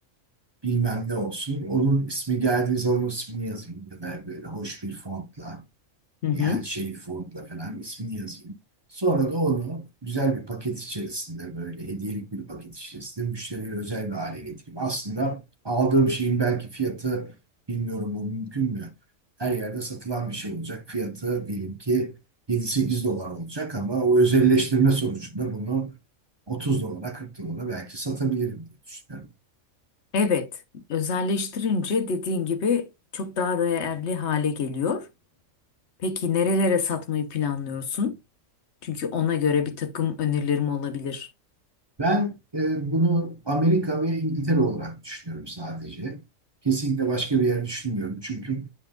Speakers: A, on the right; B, on the left.
A: bilmem ne olsun. Onun ismi geldiği zaman onun ismini yazayım ya da böyle hoş bir fontla.
B: Hı hı.
A: yani şey Ford'la falan ismini yazayım. Sonra da onu güzel bir paket içerisinde böyle hediyelik bir paket içerisinde müşteriye özel bir hale getireyim. Aslında aldığım şeyin belki fiyatı bilmiyorum bu mümkün mü? Her yerde satılan bir şey olacak. Fiyatı diyelim ki 7-8 dolar olacak ama o özelleştirme sonucunda bunu 30 dolara 40 dolara belki satabilirim diye düşünüyorum.
B: Evet, özelleştirince dediğin gibi çok daha değerli hale geliyor. Peki nerelere satmayı planlıyorsun? Çünkü ona göre bir takım önerilerim olabilir.
A: Ben e, bunu Amerika ve İngiltere olarak düşünüyorum sadece. Kesinlikle başka bir yer düşünmüyorum. Çünkü